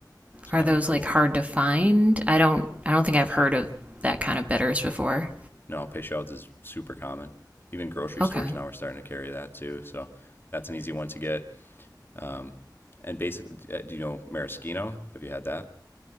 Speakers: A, on the left; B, on the right.
A: It's kind
B: Are those
A: of a cool.
B: like hard to find? I don't I don't think I've heard of that kind of bitters before.
A: No, pay shouts is super common. Even grocery
B: Okay.
A: stores now are starting to carry that too. So that's an easy one to get. Um, and basically, uh, do you know maraschino? Have you had that?